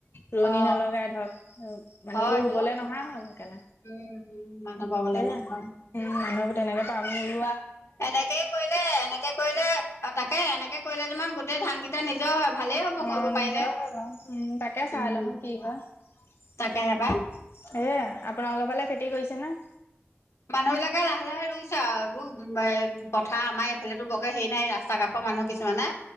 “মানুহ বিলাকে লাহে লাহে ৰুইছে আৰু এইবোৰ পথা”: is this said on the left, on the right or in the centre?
Left